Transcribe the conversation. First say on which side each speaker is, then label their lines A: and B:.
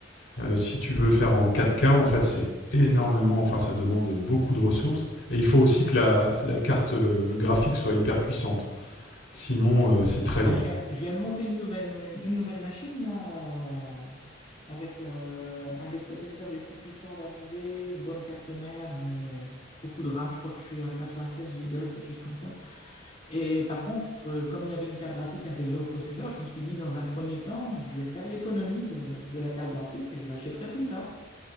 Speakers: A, on the left; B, on the left.
A: Euh, si tu veux faire en 4K, en fait, c'est énormément, enfin, ça demande beaucoup de ressources. Et il faut aussi que la, la carte euh, graphique soit hyper puissante. Sinon, euh, c'est très lent.
B: Ben, je viens, je viens de monter une nouvelle, ma- une nouvelle machine là, euh, avec euh, un des processeurs les plus puissants d'AMD, une bonne carte mère, euh, beaucoup de RAM, je crois que je suis à 96 Go, quelque chose comme ça. Et par contre, euh, comme il y avait une carte graphique intégrée au processeur, je me suis dit dans un premier temps, je vais faire l'économie de, de la carte graphique et je l'achèterai plus tard.